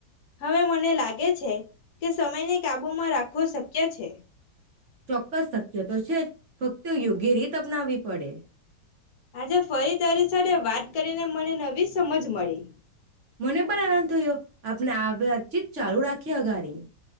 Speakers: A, on the left; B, on the right.
A: હવે મને લાગે છે કે સમયને કાબુમાં રાખવો શક્ય છે.
B: ચોક્કસ શક્ય તો છે જ ફક્ત યોગ્ય રીત અપનાવવી પડે.
A: આજે ફરી તારી સાથે વાત કરીને મને નવી સમજ મળી.
B: મને પણ આનંદ થયો આપણે આ વાતચીત ચાલુ રાખી અગારી.